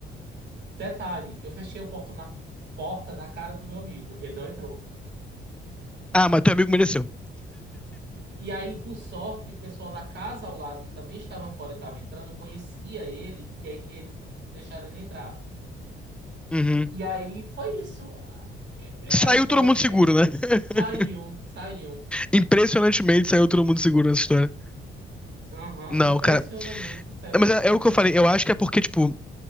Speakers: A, on the right; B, in the centre.
A: Detalhe, eu fechei a porta na porta na cara do meu amigo, ele não entrou.
B: Ah, mas teu amigo mereceu.
A: E aí, por sorte, o pessoal da casa ao lado, que também estava fora e estava entrando, conhecia ele, e aí eles deixaram ele entrar.
B: Uhum.
A: E aí foi isso. A é,
B: Saiu
A: a história
B: todo mundo
A: foi
B: seguro,
A: essa.
B: né? <laughs>
A: Saiu, saiu.
B: Impressionantemente saiu todo mundo seguro nessa história.
A: Aham,
B: Não,
A: impressionantemente
B: cara.
A: saiu
B: Não,
A: todo
B: Mas é,
A: mundo seguro
B: é o que eu
A: nessa
B: falei.
A: história.
B: Eu acho que é porque, tipo,